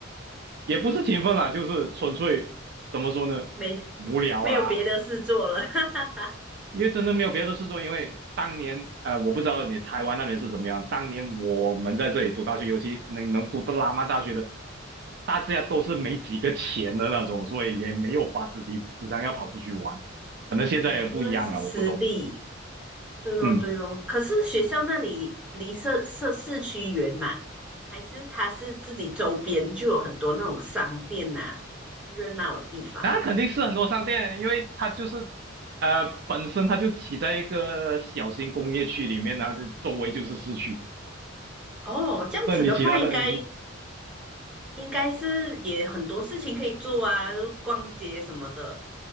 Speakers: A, on the right; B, in the centre.
A: 也不是勤奋啦，就是纯粹怎么说呢，
B: 没
A: 无聊啦。
B: 没有别的事做了，<laughs>
A: 因为真的没有别的事做，因为当年呃，我不知道你台湾那边是怎么样。当年我们在这里读大学，尤其能能读到拉曼大学的，大家都是没几个钱的那种，所以也没有法子地时常要跑出去玩。可能现在也不一样了，
B: 哦，因为是私立，
A: 我不懂。
B: 对咯对咯。
A: 嗯，
B: 可是学校那里离社社市区远嘛，还是它是自己周边就有很多那种商店呐、什么热闹的地方。
A: 那肯定是很多商店，因为它就是呃本身它就起在一个小型工业区里面，然后就周围就是市区。
B: 哦，这样子的话，
A: 那你其他的
B: 应该应该是也很多事情可以做啊，逛街什么的，